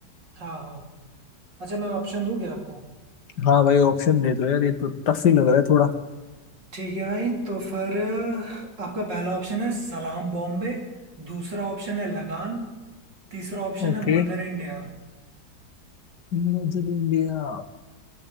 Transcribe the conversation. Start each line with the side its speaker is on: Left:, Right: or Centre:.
Right: हाँ हाँ अच्छा मैं ऑप्शन दूं क्या आपको
Left: हाँ भाई ऑप्शन दे दो यार ये तो टफ ही लग रहा है थोड़ा
Right: ठीक है भाई तो फिर अ, आपका पहला ऑप्शन है सलाम बॉम्बे दूसरा ऑप्शन है लगान तीसरा ऑप्शन
Left: Okay
Right: है मदर इंडिया
Left: Mother India